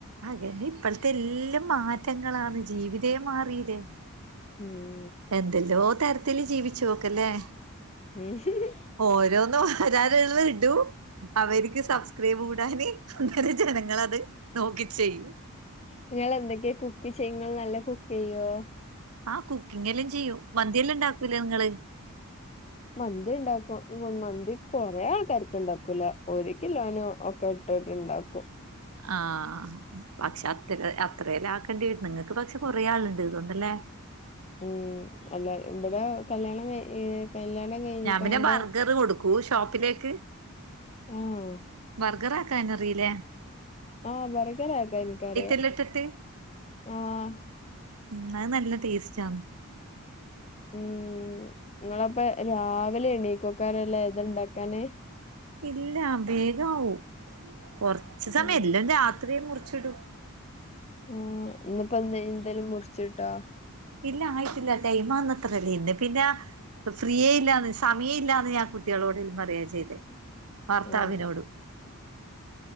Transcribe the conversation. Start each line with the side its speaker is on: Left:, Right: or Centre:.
Right: അതന്നെ ഇപ്പോഴത്തെ എല്ലാം മാറ്റങ്ങളാണ് ജീവിതേ മാറീല്ലേ
Left: ഉം
Right: എന്തെല്ലോ തരത്തില് ജീവിച്ചു നോക്കല്ലേ
Left: ഉം <unintelligible>
Right: ഓരോന്നും വരാനിള്ള ഇടു അവ എനിക്ക് സബ്സ്ക്രൈബ് കൂടാന് അന്നേര ജനങ്ങളത് നോക്കി ചെയ്യും
Left: നിങ്ങൾ എന്തൊക്കെയാ കുക്ക് ചെയ്യ നല്ല കുക്ക് ചെയ്യോ?
Right: ആ കുക്കിംഗ എല്ലാം ചെയ്യും. മന്തിയെല്ലാം ഉണ്ടാക്കൂലെ നിങ്ങള്??
Left: മന്തി ഉണ്ടാക്കും മന്തി കൊറെേ ആൾക്കാർക്ക് ഉണ്ടാക്കൂല ഒരു കിലോനും ഒക്കെ ഇട്ടുണ്ടാക്കും
Right: അഹ് പക്ഷെ അത്ര അത്രേല്ല ആക്കേണ്ടി വരും നിങ്ങൾക്ക് പക്ഷെ കൊറെേ ആളുണ്ട് ഇതുകൊണ്ടല്ലേ
Left: ഉം അല്ല ഇവിടെ കല്യാണം കയ് കല്യാണം കഴിഞ്ഞിക്കാണ്ട്
Right: ഞാൻ പിന്നെ ബർഗർ കൊടുക്കൂ ഷോപ്പിലേക്ക്
Left: ആഹ്
Right: ബർഗർ കാനറിയില്ലേ
Left: ആഹ ബർഗർ ഇണ്ടാകാനക്ക എനിക്കറിയ
Right: എല്ലാം ഇട്ടിട്ട്
Left: അഹ്
Right: ഉ അത് നല്ല ടേസ്റ്റ് ആണ്
Left: ഉം നിങ്ങളപ്പ രാവിലെ എണീക്കോക്കാരല്ല ഏത്ണ്ടാക്കാന്
Right: ഇല്ല വേഗമാവും കൊറച് സമയംല്ലാം
Left: ആഹ്
Right: രാത്രിയ മുറിച്ചിടും
Left: ഉ ഇന്നിപ്പോ എന്ത എന്തോലും മുറിച്ചട്ടോ
Right: ഇല്ല ആയിട്ടില്ല ടൈമാന്ന്ത്രല്ലേ ഇന്ന് പിന്നെ ഫ്രീയേ ഇല്ലന്ന് സമയമ ഇല്ലാന്ന് ഞൻ കുട്ടികളോടങ്കലും പറിയയാൻ ചെയ്തത് ഭർത്താവിനോടും
Left: ഉം